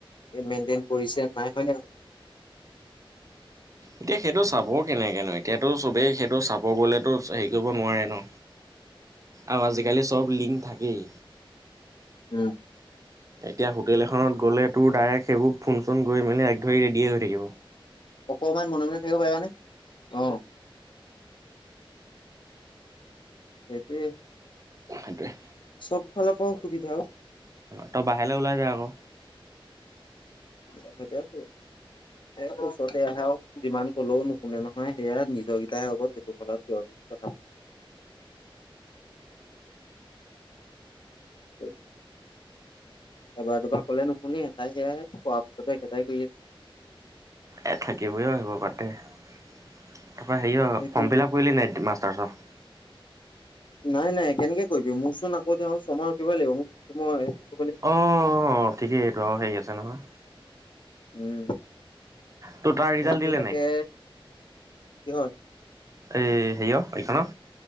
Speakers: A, on the left; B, on the right.
A: এই মেইনটেইন কৰিছে নাই হয় ন নহয়?
B: এতিয়া সেইটো চাব কেনেকেনো এতিয়াতো চবেই সেইটো চাব গ'লেতো হেৰি কৰিব নোৱাৰে ন। আৰু আজিকালি চব লিংক থাকেই।
A: উম।
B: এতিয়া হোটেল এখনত গ'লে তোৰ ডাইৰেক্ট সেইবোৰ ফোন চোন কৰি মেলি এক ধৰি ৰেডিয়ে হৈ থাকিব।
A: অকমান মনে, মনে থাকিব পাৰিবানে অ'। সেইটোৱে।
B: সেইটোৱে।
A: চব ফালৰ পৰাও সুবিধাও।
B: ত' বাহিৰলৈ ওলাই যায় আকৌ
A: সতে আছো <unintelligible> এ ওচৰতে আহা যিমান কলেও নুশুনে নহয় সেয়া নিজৰকেইটাহে হ'ব তেইটো ফলত চিঞৰ দি কথা হয় <unintelligible> এবাৰ দুবাৰ ক'লে নুশুনি এটাই বেয়াহে কোৱা পাছতো একেটাই কৰি আছে
B: এই থাকিবই আহিব পাতে তাৰপৰা হেৰিয়
A: সেইটোৱে।
B: ফৰ্ম ফিল আপ কৰিলি নাই মাষ্টাৰছত।
A: নাই, নাই কেনেকে কৰিবি মোৰচোন আকৌতে আহ ছমাই ৰখিবা লাগিব মোকই
B: অ', ঠিকেইটো হেৰি আছে নহয়।
A: উম,
B: তোৰ তাৰ ৰিজাল্ট
A: মোৰটো
B: দিলে
A: থাকে
B: নাই?
A: কিহৰ
B: এই হেৰিয় এইখনৰ